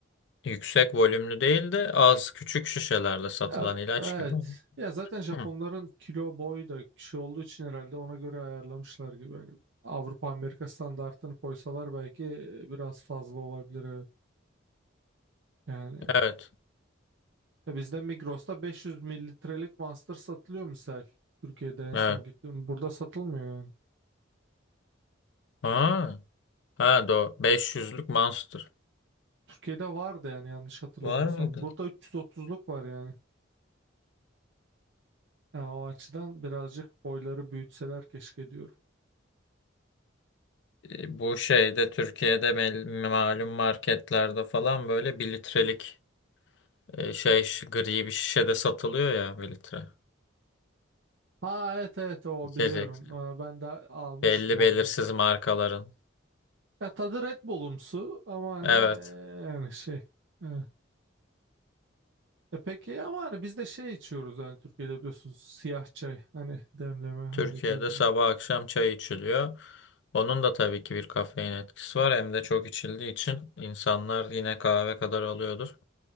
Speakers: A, on the left; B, on the right.
A: Yüksek volümlü değil de az küçük şişelerde satılan
B: Ya,
A: ilaç
B: evet.
A: gibi. oluyor.
B: Ya zaten Japonların
A: Hı.
B: kilo boyu da kişi olduğu için herhalde ona göre ayarlamışlar gibi. Yani Avrupa Amerika standartını koysalar belki biraz fazla olabilir. evet. Yani
A: Evet.
B: ya bizde Migros'ta 500 mililitrelik Monster satılıyor misal. Türkiye'de en
A: Evet.
B: son gittim. Burada satılmıyor yani.
A: Ha. Ha doğru. 500'lük Monster.
B: Türkiye'de vardı yani yanlış hatırlamıyorsam.
A: Var mıydı?
B: Burada 330'luk var yani. Yani o açıdan birazcık boyları büyütseler keşke diyorum.
A: E, Bu şeyde Türkiye'de mel- malum marketlerde falan böyle 1 litrelik e, şey şi- gri bir şişede satılıyor ya 1 litre.
B: Ha evet evet o
A: İçecek.
B: biliyorum. Ee, Ben de almıştım
A: Belli
B: ondan.
A: belirsiz markaların.
B: Ya tadı Red Bull'umsu ama hani
A: Evet.
B: e, yani şey. evet. E peki ama hani biz de şey içiyoruz yani Türkiye'de biliyorsunuz siyah çay hani demleme hani
A: Türkiye'de
B: günde.
A: sabah akşam çay içiliyor. Onun da tabii ki bir kafein etkisi var. Hem de çok içildiği için insanlar yine kahve kadar alıyordur.